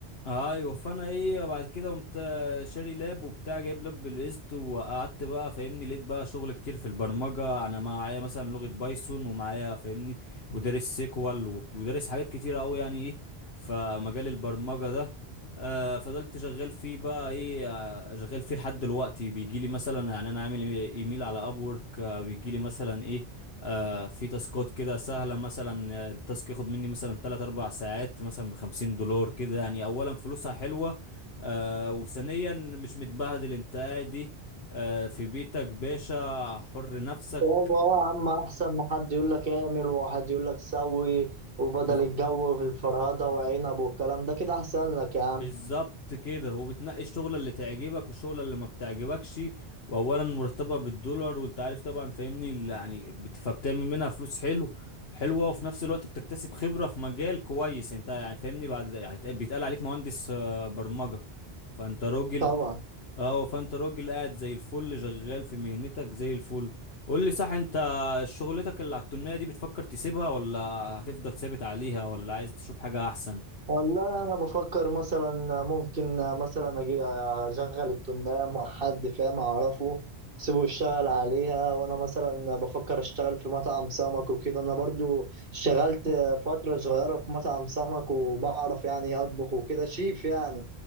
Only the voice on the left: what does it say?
ايوه فانا ايه بعد كده قمت شاري لاب وبتاع جايب لاب بالقسط وقعدت بقى فاهمني لقيت بقى شغل كتير في البرمجه انا معايا مثلا لغه بايثون ومعايا فاهمني ودارس سيكوال وب- ودارس حاجات كتيره قوي يعني ايه فمجال البرمجه ده آه فضلت شغال فيه بقى ايه آه، شغال فيه لحد دلوقتي بيجي لي مثلا يعني انا عامل ايميل على ابورك آه بيجي لي مثلا ايه آه في تاسكات كده سهلة مثلا آه، التاسك ياخد مني مثلا 3 4 ساعات مثلا ب 50 دولار كده يعني أولا فلوسها حلوة آه وثانيا مش متبهدل انت قاعد آه في بيتك باشا حر نفسك
آه،
بالظبط كده هو بتنقي الشغلة اللي تعجبك والشغلة اللي ما بتعجبكش واولا مرتبها بالدولار وانت عارف طبعا فاهمني ال- يعني بت- فبتعمل منها فلوس حلو حلوة وفي نفس الوقت بتكتسب خبرة في مجال كويس انت يعني فاهمني بعد هيت- بيتقال عليك مهندس آه، برمجة فانت راجل
اه فانت راجل قاعد زي الفل شغال في مهنتك زي الفل قول لي صح انت شغلتك اللي على التنية دي بتفكر تسيبها ولا هتفضل ثابت عليها ولا عايز تشوف حاجة احسن